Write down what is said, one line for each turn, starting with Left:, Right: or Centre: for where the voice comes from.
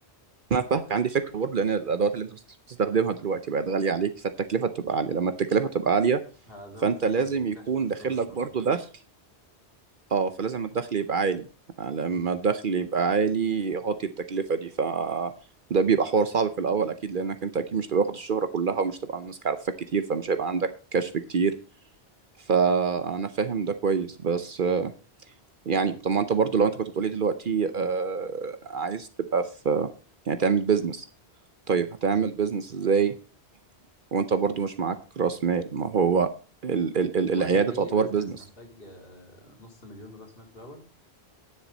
Right: انا فاهمك عندي فكره برضه لان الادوات اللي انت بتست- بتستخدمها دلوقتي بقت غاليه عليك فالتكلفه بتبقى عاليه لما التكلفه تبقى عاليه
Left: هزود
Right: فانت
Left: سعر
Right: لازم
Left: الكشف
Right: يكون
Left: والشغل
Right: داخل لك
Left: طبعا
Right: برضه دخل اه فلازم الدخل يبقى عالي آه، لما
Left: امم
Right: الدخل يبقى عالي يغطي التكلفه دي ف ده بيبقى حوار صعب في الاول اكيد لانك انت اكيد مش تبقى واخد الشهره كلها ومش تبقى الناس عارفاك كتير فمش هيبقى عندك كشف كتير فانا فاهم ده كويس بس يعني طب ما انت برضه لو انت كنت بتقولي دلوقتي آه عايز تبقى في يعني تعمل بيزنس طيب هتعمل
Left: امم
Right: بيزنس ازاي وانت برضه مش معاك راس مال ما هو ال ال ال
Left: هو
Right: العيادة
Left: اي اي
Right: تعتبر
Left: بيزنس
Right: بيزنس
Left: محتاج آه، نص مليون راس مال في الاول